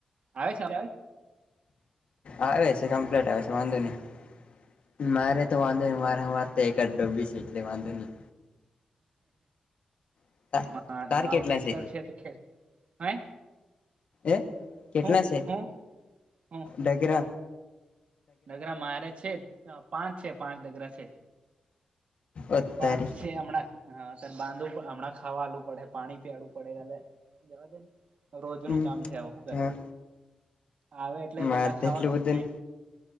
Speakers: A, on the right; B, on the left.
A: આવે છે આવે
B: આવે છે કમ્પ્લીટ આવે છે, વાંધો નહી મારે
A: બરાબર
B: તો વાંધો ન મારે <unintelligible> વાર એક જ ડોબી છે એટલે વાંધો નહીં નહી
A: માર
B: તાર
A: આવું
B: કેટલા
A: ટેક્ટર
B: છે
A: છે હે
B: એ કેટલા
A: હું
B: છે
A: હું હું
B: ડગરા
A: ડગરા મારે છે પાંચ છે, પાંચ ડગરા છે
B: અત્યારે
A: પાંચ છે હમણાં બાંધો હમણાં ખાવાલું પડે પાણી પીળું પડેડાલે જવા દેને રોજ
B: હમ
A: નું કામ છે, આવ શું કરે
B: હા
A: આવે એટલે
B: મારે
A: પેલા ખાવાનું
B: તો એટલું બધું
A: ખાય